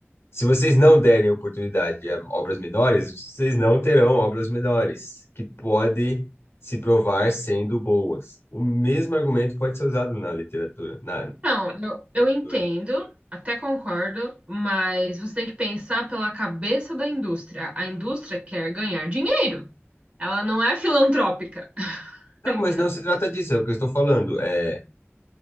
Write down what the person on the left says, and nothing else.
Se vocês não derem oportunidade a obras menores, vocês não terão obras menores, que pode se provar sendo boas. O mesmo argumento pode ser usado na literatura, na
leitura.
Não,
mas não se trata disso, é o que eu estou falando. É